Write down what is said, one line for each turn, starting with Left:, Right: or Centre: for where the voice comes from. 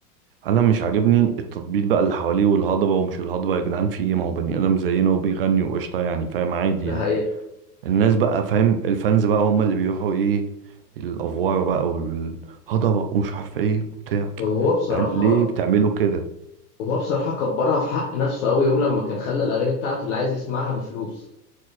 Right: انا مش عاجبني التطبيل بقى اللي حواليه والهضبه ومش الهضبه يا جدعان في ايه ما هو بني ادم زينا وبيغني وقشطه يعني فاهم عادي
Left: ده
Right: يعني
Left: حقيقة
Right: الناس بقى فاهم الفانز بقى هم اللي بيروحوا ايه الافوار بقى والهضبه ومش عارف ايه وبتاع
Left: هو بصراحة
Right: يعني ليه بتعملوا كده
Left: وهو بصراحة كبرها في حق نفسه قوي يوم لما كان خلى الأغاني بتاعته اللي عايز يسمعها بفلوس